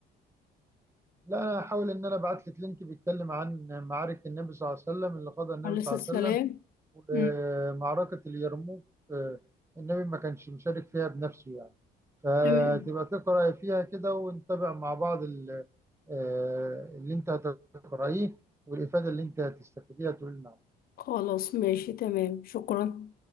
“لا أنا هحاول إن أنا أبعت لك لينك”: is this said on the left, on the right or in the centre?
Right